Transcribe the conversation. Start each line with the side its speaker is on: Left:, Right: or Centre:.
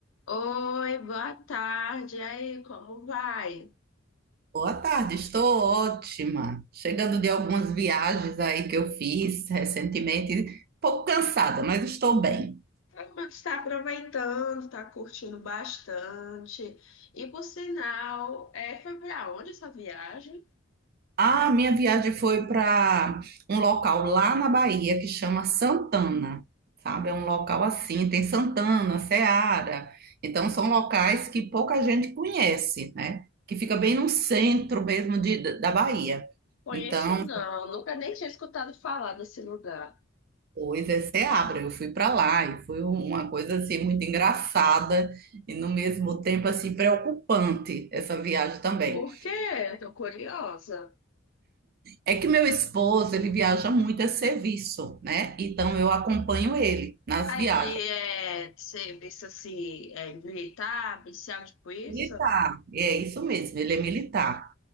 Left: Oi, boa tarde. E aí, como vai?
Right: Boa tarde, estou ótima. Chegando de algumas viagens aí que eu fiz recentemente, um pouco cansada, mas estou bem.
Left: Como é que está aproveitando? Está curtindo bastante. E por sinal, é, foi para onde essa viagem?
Right: A minha viagem foi para um local lá na Bahia que chama Santana, sabe? É um local assim, tem Santana, Seara. Então são locais que pouca gente conhece, né? Que fica bem no centro mesmo de- da Bahia.
Left: Conheço
Right: Então,
Left: não, nunca nem tinha escutado falar desse lugar.
Right: Pois é, Seabra, eu fui para lá e foi um- uma coisa assim muito engraçada e no mesmo tempo assim preocupante essa viagem também.
Left: Por quê? Tô curiosa.
Right: É que meu esposo, ele viaja muito a serviço, né? Então eu acompanho ele nas
Left: Aí
Right: viagens.
Left: ele é serviço assim, é militar, policial, tipo isso?
Right: Militar, é isso mesmo, ele é militar.